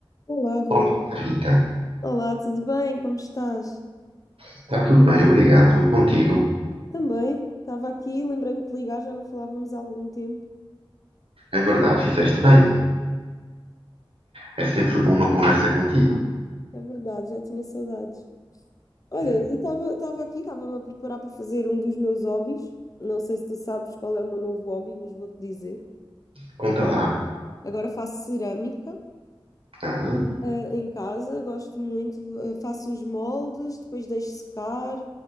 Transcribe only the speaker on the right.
Olá, Ana Rita.
Está tudo bem, obrigado. E contigo?
É verdade, fizeste bem. É sempre bom uma conversa contigo.
Hum.
Conta lá.
Ah,